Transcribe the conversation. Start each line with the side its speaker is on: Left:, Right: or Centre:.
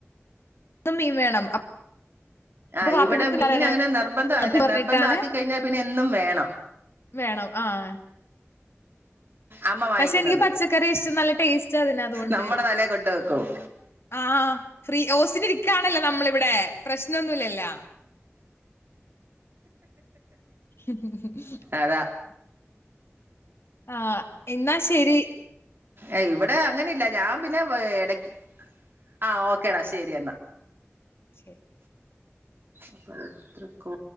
Left: മീൻ വേണം അപ്പൊ
Right: ആഹ്
Left: വാപ്പിന്റെ
Right: ഇവിടെ
Left: അടുത്ത്
Right: മീൻ
Left: പറയണേ
Right: അങ്ങനെ നിർബന്ധവല്ല
Left: അപ്പൊ പറഞ്ഞിട്ടാണ്
Right: നിർബന്ധം ആക്കി കഴിഞ്ഞാൽ പിന്നെ എന്നും വേണം
Left: വേണം ആഹ്
Right: അമ്മ വാങ്ങിക്കുന്നത്
Left: പക്ഷെ എനിക്ക് പച്ചക്കറി ഇഷ്ടം നല്ല ടേസ്റ്റ് അതിന് അതുകൊണ്ട്
Right: നമ്മുടെ തലേ കൊണ്ട് വെക്കും
Left: ആ ഫ്രീ ഓസിന് <unintelligible> ണല്ലോ നമ്മളിവിടെ പ്രശ്നൊന്നുല്ലല്ലാ <unintelligible>
Right: അതാ
Left: ആഹ് എന്നാ ശെരി
Right: ഏഹ് ഇവിടെ അങ്ങനെ ഇല്ല ഞാൻ പിന്നെ എടക് ആഹ് ഓക്കേടാ ശെരി എന്നാ
Left: ശരി
Right: അപ്പൊ എത്രക്കോ